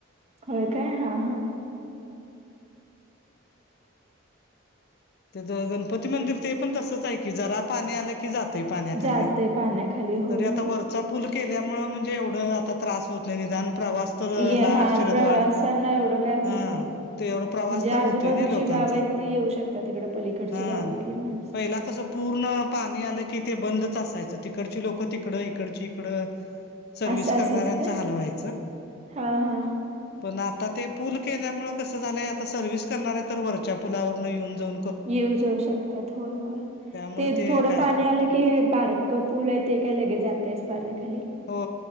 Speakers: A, on the right (about 30°); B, on the left (about 50°).
A: होय काय हा हा
B: ते गणपती मंदिर ते पण तसच आहे की जरा पाणी आलं जात पाण्याखाली
A: जाते पाण्याखाली होय
B: त आता
A: होय
B: व चा पूल केल्यामुळे म्हणजे एवढं आता त्रास होत नाही निदान प्रवास तर
A: ये
B: लाट
A: हा
B: शिरदवाड
A: प्रवासांना एवढं काही होत
B: हा
A: नाही
B: ते एवढा प्रवास
A: म्हणजे
B: तर
A: आजूबाजूची
B: होतोय ना लोकांचा
A: गाव आहेत. ते येऊ शकतात तिकडे पलीकडचे
B: हा
A: गावातले माणूस
B: पहिला कसं पूर्ण पाणी आलं की ते बंदच असायचं तिकडची लोकं तिकड इकडची इकडं सर्वि्हस
A: असं
B: करणाऱ्यांचा
A: असायचं काय
B: हल व्हायचं.
A: हा हा
B: पण आता ते पूल केल्यामुळे कसं झालंय आता सर्व्हिस करणार आहे तर वरच्या पुलावरन येऊन जऊ.
A: येऊ जाऊ शकतात हो होय
B: त्यामुळे
A: ते थोडं
B: काय
A: पाणी आलं. बारक पूल आहे ते काय लगे जातयस पाण्याखाली
B: हो